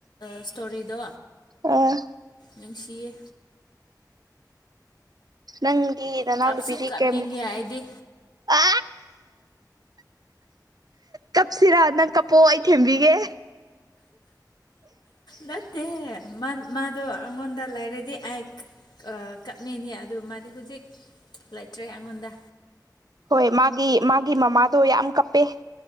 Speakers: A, on the left (about 75°); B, on the right (about 65°).
A: ꯏꯁꯇꯣꯔꯤꯗꯣ
B: ꯑꯥ
A: ꯅꯨꯡꯁꯤꯌꯦ꯫
B: ꯅꯪꯒꯤ ꯅꯅꯧꯎꯕꯤꯗꯤ
A: ꯀꯥꯞꯁꯨ ꯀꯥꯞꯅꯤꯡꯉꯦ
B: ꯀꯦꯝ
A: ꯑꯩꯗꯤ
B: ꯑ ꯀꯞꯁꯤꯔꯥ ꯅꯪ ꯀꯞꯄꯣ ꯑꯩ ꯊꯦꯝꯕꯤꯒꯦ
A: ꯅꯠꯇꯦ ꯑꯦ ꯃꯥꯗꯣ ꯑꯩꯉꯣꯟꯗ ꯂꯥꯏꯔꯗꯤ ꯑꯩꯛ ꯀꯞꯅꯤꯡꯉꯦ ꯑꯗꯨ ꯃꯥꯗꯤ ꯍꯧꯖꯤꯛ ꯂꯩꯇ꯭ꯔꯦ ꯑꯩꯉꯣꯟꯗ
B: ꯍꯣꯏ ꯃꯥꯒꯤ ꯃꯥꯒꯤ ꯃꯃꯥꯗꯣ ꯌꯥꯝ ꯀꯞꯄꯦ